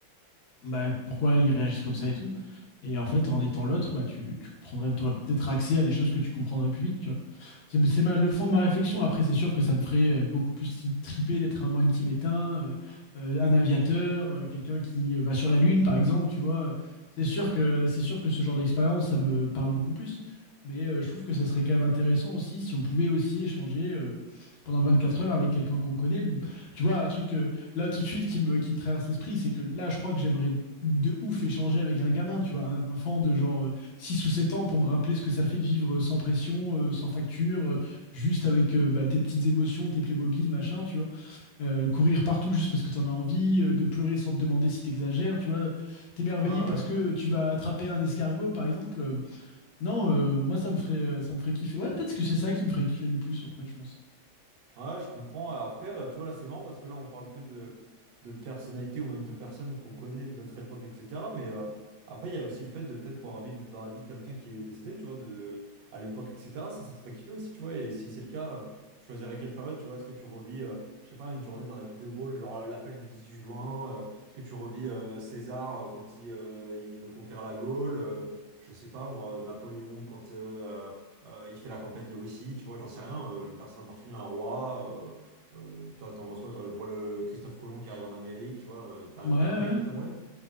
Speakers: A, on the left; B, on the right.
A: bah, pourquoi ils réagissent comme ça et tout. Et en fait, en étant l'autre, bah, tu, tu comprendrais, t'aurais peut-être accès à des choses que tu comprendrais plus vite, tu vois. C'est, c'est ma- le fond de ma réflexion. Après, c'est sûr que ça me ferait euh, beaucoup plus si- triper d'être un moine tibétain, euh, euh, un aviateur, euh, quelqu'un qui euh, va sur la Lune, par exemple, tu vois. C'est sûr que, c'est sûr que ce genre d'expérience, ça me parle beaucoup plus. Mais euh, je trouve que ça serait quand même intéressant aussi si on pouvait aussi échanger euh, pendant quatre heures avec quelqu'un qu'on connaît. Tu vois, un truc là tout de suite qui me, qui me traverse l'esprit, c'est que là, je crois que j'aimerais de ouf échanger avec un gamin, tu vois, un enfant de genre euh, 6 ou 7 ans pour me rappeler ce que ça fait de vivre euh, sans pression, euh, sans facture, euh, juste avec euh, bah, tes petites émotions, tes Playmobil, machin, tu vois. Euh, courir partout juste parce que t'en as envie, euh, de pleurer sans te demander si t'exagères, tu vois. T'émerveiller
B: Ouais,
A: parce
B: ouais.
A: que tu vas attraper un escargot, par exemple. Euh, non, euh, moi, ça me ferait, euh, ça me ferait kiffer. Ouais, peut-être que c'est ça qui me ferait kiffer le plus, en fait, je pense.
B: Ouais, je comprends. Après, euh, tu vois, là, c'est marrant parce que là, on parle que de, de personnalités ou même de personnes qu'on connaît de notre époque, etc. Mais euh, après, il y a aussi le fait de peut-être pouvoir vivre dans la vie de quelqu'un qui est décédé, tu vois, de, à l'époque, etc. Ça, ça te ferait kiffer aussi, tu vois. Et si c'est le cas, euh, tu choisirais quelle période, tu vois. Est-ce que tu revis, euh, je sais pas, une journée dans la vie de De Gaulle, genre euh, l'appel du 18 juin? euh, est-ce que tu revis euh, César euh, quand il, euh, il veut conquérir la Gaule? euh, je sais pas, moi, Napoléon quand euh, euh, euh, il fait la campagne de Russie, tu vois, j'en sais rien. euh, une personne en particulier, un roi. Euh, euh, t'en t'en penses quoi, toi, pour le Christophe Colomb qui arrive en Amérique, tu vois, euh, t'as
A: Ouais,
B: t'es un mec
A: ouais,
B: que t'aimerais?